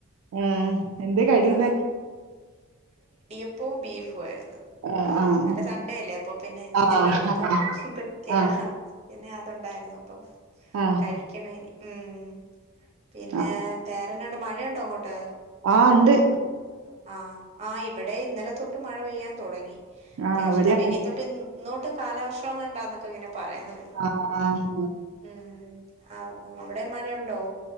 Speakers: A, on the right; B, on the right.
A: മം എന്തൊ കടിണ്ടാക്കി
B: ആ അപ്പോം ബീഫുമായിരുന്നു
A: ആഹ്
B: ഇല്ല സൺണ്ടേ അല്ലേ അപ്പൊ പിന്നെ
A: ആഹ്
B: എല്ലായിടത്തും
A: ആഹ്
B: ഇതൊക്കെയാ
A: ആഹ്
B: പിന്നെ അതുണ്ടായിരുന്നു അപ്പം
A: ആഹ്
B: കഴിക്കണം ഇനി ഉം പിന്നെ
A: ആഹ്
B: വേറെന്നാണ്ട് മഴയുണ്ടോ അങ്ങോട്ട്
A: ആ ഇണ്ട്
B: ആ് ആ് ഇവിടെ ഇന്നലെ തൊട്ട് മഴ പെയ്യാൻ തുടങ്ങി അത്യാവശ്യം
A: ആഹ് ഇവിടെയും
B: നല്ല
A: അങ്ങനെ
B: ഇനി തൊട്ട് കാലവർഷോങ്ങണ്ടാന്നൊക്കെ ഇങ്ങനെ പറയന്ന് കേട്ടു
A: ആഹ് ആഹ്
B: മം ആ അവിടെ മഴ ഉണ്ടോ